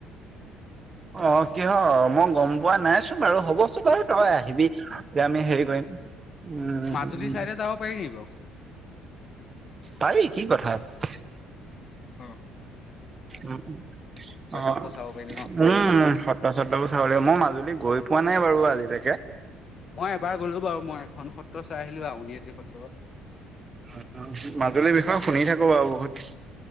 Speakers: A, on the right; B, on the left.
A: অ কিহৰ মই গম পোৱা নাইচোন বাৰু হ'বচোন বাৰু তই আহিবি এতিয়া আমি হেৰি কৰিম উম
B: মাজুলী চাইডে যাব পাৰি নেকি বাৰু
A: পাৰি কি কথা আছিলে।
B: অ অ।
A: উ অ
B: চত্ৰ চাব পাৰিম ন
A: উম উ
B: ধুনীয়াকে
A: সত্ৰ সত্ৰবোৰ চাব লাগিব মই মাজুলী গৈ পোৱা নাই বাৰু আজিলৈকে।
B: মই এবাৰ গলো বাৰু মই এখন সত্ৰ চাই আহিলো আউনিআটি সত্ৰ
A: মাজুলীৰ বিষয়ে শুনি থাকো বাৰু বহুত।